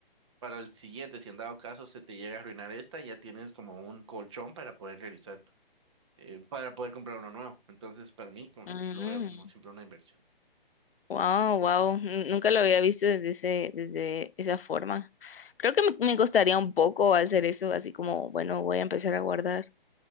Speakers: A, on the right (about 30°); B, on the left (about 75°).
A: para el siguiente. Si en dado caso se te llega a arruinar esta, ya tienes como un colchón para poder realizar, eh, para poder comprar uno nuevo. Entonces, para mí, como-
B: mm.
A: lo veo como siempre una inversión.
B: Wow, wow. n- Nunca lo había visto desde ese, desde esa forma. Creo que me, me costaría un poco hacer eso, así como, bueno, voy a empezar a guardar